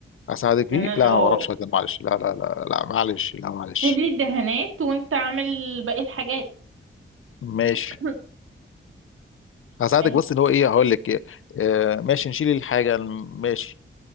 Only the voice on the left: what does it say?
اساعدك
فيه
لا
ما بعرفش أهزر، معلش لا لا لا لا معلش لا معلش
ماشي
هساعدك
بس ان هو ايه هقول لك إيه. آه ماشي نشيل الحاجه ماشي